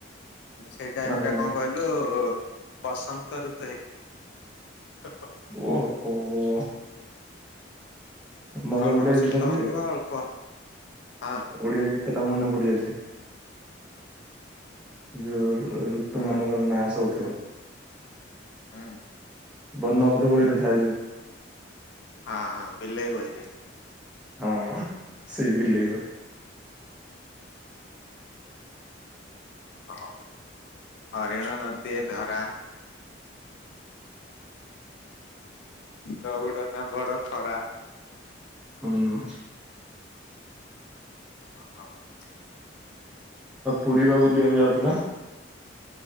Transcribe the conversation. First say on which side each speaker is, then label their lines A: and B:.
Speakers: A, on the left (about 65°); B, in the centre.
A: ସେଇ ଟାଇମ
B: ମାନେ
A: ଟା କଣ କହିଲୁ ବସନ୍ତ ଋତୁ ହେଇଥିବ।
B: ଓହୋ ମୋର
A: ଅଳ୍ପ
B: ଗୋଟେ
A: ଶୀତ
B: କଣ କି
A: ହଉଥିବା ଅଳ୍ପ ହଁ
B: ଓଡିଆ ଗୀତ ଟା ମନେ ପଡି ଅଛି। ଯେଉ ଋତୁମାନଙ୍କର
A: ହୁଁ
B: ନା ଶବୁ ଥିବ।
A: ହୁଁ
B: ବର୍ଣ୍ଣବଧ ବହିରେ ଥାଉଛି।
A: ଆ ହା ବିଲେଇ ବହିରେ।
B: ହଁ ସେଇ ବିଲେଇ ବ
A: ହଉ ହରିଣ ନଦୀ ଧରା। ଦଉଡନା ବଡ ଖରା।
B: ହୁଁ।
A: <inaudible>
B: ପୁରିବା ବୁଲିବାକୁ ଯାଉଥିଲ?